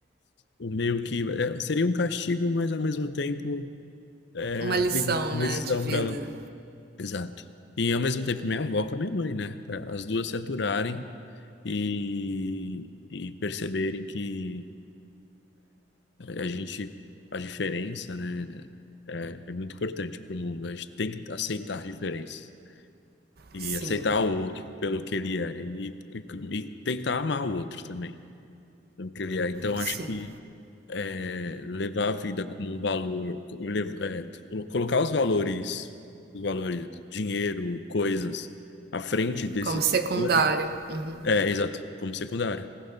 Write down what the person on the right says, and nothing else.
Uma
lição,
né, de vida.
Sim,
sim.
Como secundária.
Uhum.